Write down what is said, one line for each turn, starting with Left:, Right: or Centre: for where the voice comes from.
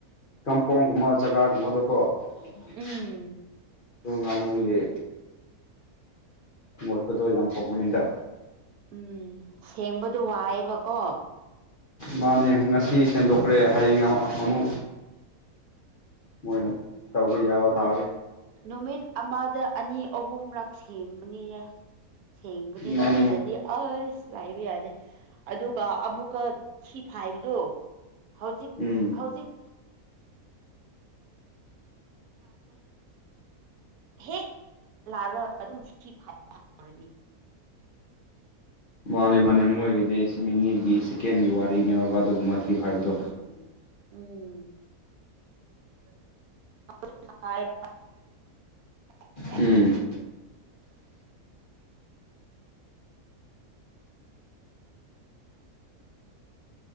Left: ꯀꯝꯄꯥꯎꯟꯒꯨꯝꯕ ꯖꯒꯥꯒꯨꯝꯕꯗ ꯀꯣ <unintelligible>
Right: ꯎꯝ
Left: ꯑ ꯉꯥꯃꯨꯒꯤ ꯃꯣꯠꯄꯗꯣ ꯌꯥꯝ ꯐꯧꯕꯅꯤꯗ
Right: ꯎꯝ ꯁꯦꯡꯕꯗꯣ ꯋꯥꯏꯑꯦꯕꯀꯣ
Left: ꯃꯥꯅꯦ ꯉꯁꯤ ꯁ ꯁꯦꯝꯗꯣꯛꯈ꯭ꯔꯦ ꯍꯌꯦꯡ ꯑꯃꯨꯛ ꯃꯣꯏꯅ ꯇꯧꯕ ꯌꯥꯕ ꯊꯥꯔ
Right: ꯅꯨꯃꯤꯠ ꯑꯃꯗ ꯑꯅꯤ ꯑꯍꯨꯝꯂꯛ ꯁꯦꯝꯕꯅꯤꯅꯦ ꯁꯦꯡꯪꯅꯤꯅꯠꯇꯗꯤ
Left: ꯃꯥꯅꯤ
Right: ꯑꯁ ꯂꯥꯛꯏꯕ ꯌꯥꯗꯦ ꯑꯗꯨꯒ ꯑꯃꯨꯛꯀ ꯁꯤꯤ ꯐꯥꯏꯕꯗꯣ ꯍꯧꯖꯤꯛ
Left: ꯎꯝ
Right: ꯍꯧꯖꯤꯛ ꯍꯦꯛ ꯂꯥꯛꯔꯒ ꯑꯗꯨꯝ ꯁꯤ ꯐꯥꯎꯔꯅꯤ
Left: ꯃꯥꯅꯦ ꯃꯥꯅꯦ ꯃꯣꯏꯒꯤꯗꯤ ꯅꯤꯒꯤ ꯆꯤꯀꯦꯟꯒꯤ ꯋꯥꯔꯤꯅꯤꯧꯔꯒ ꯑꯗꯨꯒꯨꯝꯕ ꯊꯤꯕ ꯍꯥꯏꯕꯗꯣ
Right: ꯎ ꯎꯝ <unintelligible> ꯇꯥꯏꯕ꯭ꯔꯣ
Left: ꯎꯝ